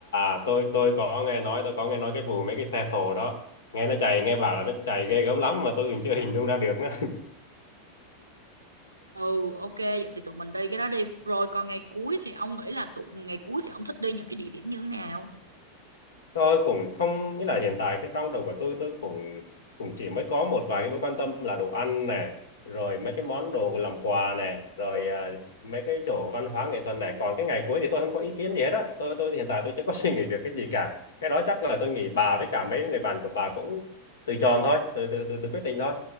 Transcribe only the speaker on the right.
Ừ, ok, vậy thì tụi mình đi cái đó đi. Rồi còn ngày cuối thì ông nghĩ là tụi ngày cuối thì ông thích đi những cái địa điểm như thế nào?